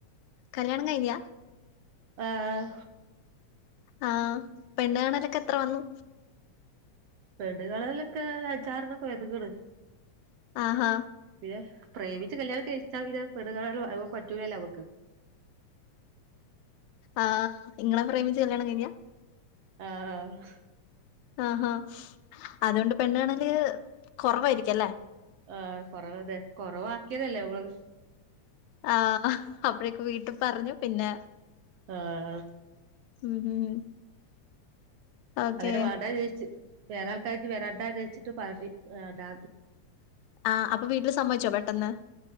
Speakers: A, on the left (about 80°); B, on the right (about 65°).
A: കല്യാണം കഴിഞ്ഞ?
B: ആഹ്.
A: ആഹ് പെണ്ണുകാണലൊക്കെ എത്ര വന്നു?
B: പെണ്ണ് കാണാലോകെ അഞ്ചാറണം ഒകെ വന്ന്ക്ണ്.
A: ആഹാ.
B: പിന്നെ പ്രേമിച്ച് കല്യാണം കയ്ച്ചാൽ പിന്നെ പെണ്ണ് കാണല് പറ്റൂലല്ലോ അമ്മക്ക്.
A: ആഹ് ഇങ്ങളെ പ്രേമിച്ച് കല്യാണം കയ്ഞ്ഞ?
B: ആഹ്.
A: ആഹാ അതോണ്ട് പെണ്ണ് കാണല് കൊറവായിരിക്കല്ലേ?
B: ആ കൊറവന്നെ കൊറവാക്കിയതല്ലേ അങ്ങള്.
A: ആഹ് അപ്പോഴേക്കെ വീട്ടിൽ പറഞ്ഞു പിന്നെ
B: ആഹ്
A: ഉം ഉം ഉം ഓക്കേ.
B: അങ്ങനെ വേണ്ട വിച്ചാരിച്ച് വേറെ ആൾക്കാര് വരണ്ടാന്ന് ചച്ചിട്ട് പറഞ്ഞഞ് വണ്ടാ
A: ആഹ് അപ്പൊ വീട്ടിൽ സംമ്മതിച്ചോ പെട്ടെന്ന്